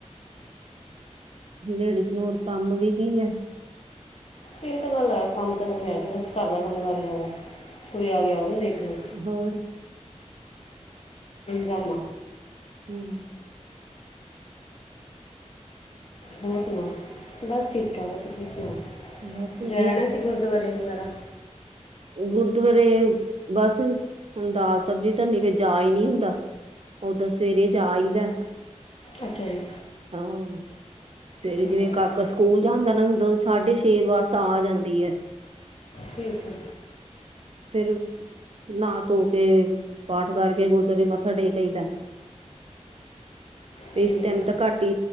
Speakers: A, on the right; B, on the left.
A: ਲੇਡੀਜ਼ ਨੂੰ ਹੋਰ ਕੰਮ ਵੀ ਕੀ ਐ।
B: ਏ ਤਾਂ ਗੱਲ ਹੈ ਕੰਮ ਤਾਂ ਕੋਈ ਹੈ ਨੀ ਬਸ ਘਰ ਦਾ ਕੰਮ ਕਰ ਲਿਆ ਬਸ ਕੋਈ ਆ ਗਿਆ ਉਨੂੰ ਦੇਖ ਲਓ <unintelligible>
A: ਹੋਰ
B: ਗਾ।
A: ਹੂੰ।
B: ਹੋਰ ਸੁਣਾ ਬਸ ਠੀਕ ਠਾਕ ਆ ਤੁਸੀਂ ਸੁਣਾਓ
A: ਬਸ ਵਧੀਆ।
B: ਜਾਏ ਆਣਾ ਸੀ ਗੁਰਦੁਆਰੇ ਵਗੈਰਾ
A: ਗੁਰਦੁਆਰੇ ਬਸ ਹੁਣ ਦਾਲ ਸਬਜ਼ੀ ਧਨੀ ਫੇਰ ਜਾ ਈ ਨੀ ਹੁੰਦਾ। ਓਦਾਂ ਸਵੇਰੇ ਜਾ ਆਈਦੈ।
B: ਅੱਛਾ ਜੀ।
A: ਹਾਂ ਸਵੇਰੇ
B: ਚਲੋ
A: ਜਿਵੇਂ
B: ਫਿਰ
A: ਕਾਕਸ
B: ਤਾਂ।
A: ਕੂਲ ਜਾਂਦਾ ਨਾ ਦ ਸਾਢੇ ਛੇ ਬਸ ਆ ਜਾਂਦੀ ਐ।
B: ਠੀਕ ਐ।
A: ਫੇਰ ਨਾ ਧੋ ਕੇ, ਪਾਠ ਕਰਕੇ ਗੁਰੁਆਰੇ ਮੱਥਾ ਟੇਕ ਆਈਦੈ।
B: ਠੀਕ
A: ਇਸ ਟੈਮ
B: ਹੈ
A: ਤਾਂ ਘੱਟ ਈ